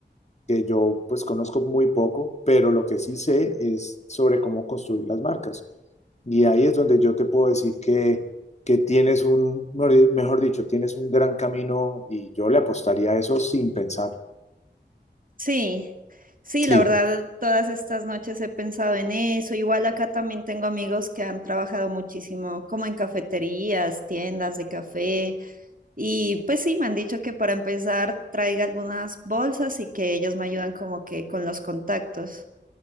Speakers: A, on the left (about 40°); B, on the right (about 50°).
A: que yo pues conozco muy poco, pero lo que sí sé es sobre cómo construir las marcas. Y ahí es donde yo te puedo decir que, que tienes un, mejor dicho, tienes un gran camino y yo le apostaría a eso sin pensar.
B: Sí, sí,
A: Sí,
B: la verdad, todas estas noches he pensado en eso. Igual acá también tengo amigos que han trabajado muchísimo, como en cafeterías, tiendas de café, y pues sí, me han dicho que para empezar traiga algunas bolsas y que ellos me ayudan como que con los contactos.